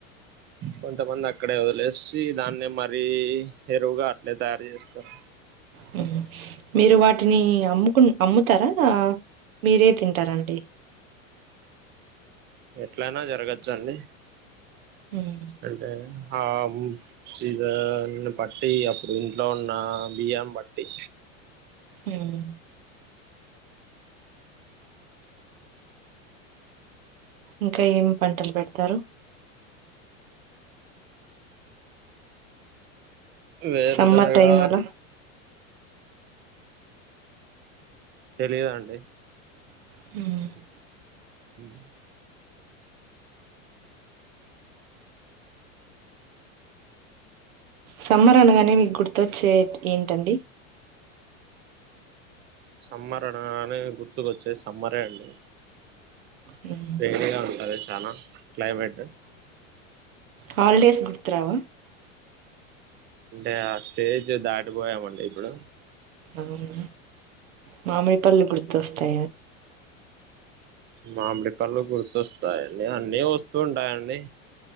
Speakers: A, on the right; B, on the right.
A: కొంతమంది అక్కడే వదిలేసి దాన్నే మరీ ఎరువుగా అట్లే తయారు చేస్తారు
B: హుమ్ మీరు వాటిని అమ్ముకు అమ్ముతారా మీరే తింటారండి
A: ఎట్లనా జరగచ్చండి
B: హ్మ్.
A: అంటే ఆ సీజన్ పట్టి అప్పుడు ఇంట్లో ఉన్న బి బియ్యం బట్టి
B: హ్మ్. ఇంకా ఏం పంటలు పెడతరు
A: వేరు
B: సమ్మర్
A: శనగా
B: టైం అలా?
A: తెలిదా అండి
B: హ్మ్
A: హ్మ్
B: సమ్మర్ అనగానే మీకు గుర్తొచ్చే ఏంటండి
A: సమ్మర్ అనగానే గుర్తుకొచ్చేది సమ్మరే అండి
B: హ్మ్.
A: వేడిగా ఉంటది చాన క్లైమేట్
B: హాల్డేస్ గుర్తురావా
A: అంటే ఆ స్టేజు దాటిపోయామండి ఇప్పుడు
B: అవునా మామిడి పళ్ళు గుర్తోస్తా
A: మామిడిపళ్ళు గుర్తొస్తాయండి అన్నీ వస్తుంటాయండి